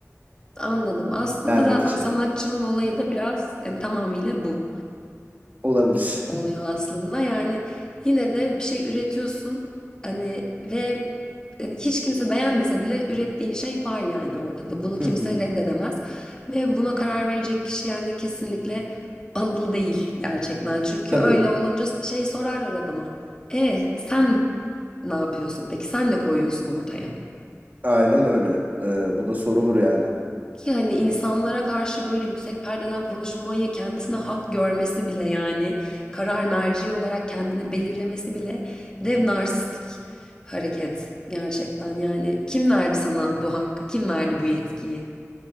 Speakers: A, on the left; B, on the right.
A: Anladım. Aslında
B: Bendeki
A: zaten
B: şey.
A: sanatçının olayı da biraz yani tamamıyla bu.
B: Olabilir.
A: oluyor aslında. Yani yine de bir şey üretiyorsun hani ve yani hiç kimse beğenmese bile ürettiğin şey var yani ortada. Bunu
B: <laughs>
A: kimse
B: Hı hı.
A: reddedemez. Ve buna karar verecek kişi yani kesinlikle Anıl değil gerçekten. Çünkü
B: Tabii.
A: öyle olunca şey sorarlar adama. E sen ne yapıyorsun? Peki sen ne koyuyorsun ortaya?
B: Aynen öyle. Ee, bu da sorulur yani.
A: Ki hani insanlara karşı böyle yüksek perdeden konuşmayı kendisine hak görmesi bile yani karar merci olarak kendini belirlemesi bile dev narsistik hareket gerçekten. Yani kim verdi sana bu hakkı? Kim verdi bu yetkiyi?